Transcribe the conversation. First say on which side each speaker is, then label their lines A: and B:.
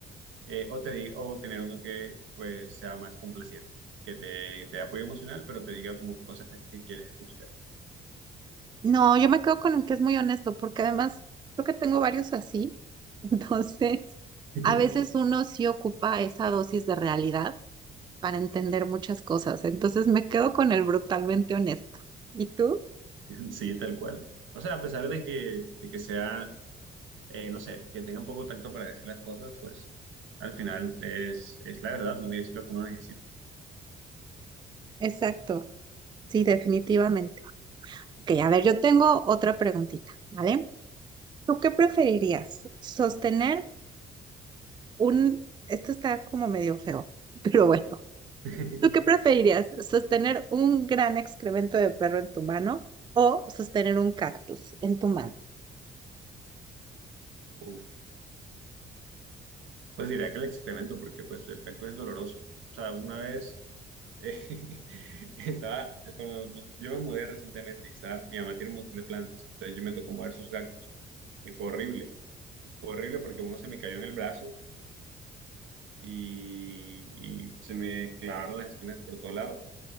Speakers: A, on the right; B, on the right.
A: Eh, o, te di- o tener uno que pues sea más complaciente, que te, te dé apoyo emocional, pero te diga como cosas que quieres escuchar.
B: No, yo me quedo con el que es muy honesto porque además creo que tengo varios así. <laughs> Entonces,
A: <laughs>
B: a veces uno sí ocupa esa dosis de realidad para entender muchas cosas. Entonces, me quedo con el brutalmente honesto. ¿Y tú?
A: Sí, tal cual. O sea, a pesar de que, de que sea, eh, no sé, que tengan poco tacto para decir las cosas, pues al final es, es la verdad, ¿no? Y es lo que uno necesita.
B: Exacto, sí, definitivamente. Ok, a ver, yo tengo otra preguntita, ¿vale? ¿Tú qué preferirías? ¿Sostener un... Esto está como medio feo, <laughs> pero bueno.
A: <laughs>
B: ¿Tú qué preferirías? ¿Sostener un gran excremento de perro en tu mano o sostener un cactus en tu mano?
A: Uf. Pues diría que el excremento, porque pues el cactus es doloroso. O sea, una vez eh, <laughs> estaba, cuando yo me mudé recientemente y estaba, mi mamá tiene un montón de plantas, entonces yo me tocó mover sus cactus. Y fue horrible, fue horrible porque uno se me cayó en el brazo y, y se me clavaron las espinas por todo lado.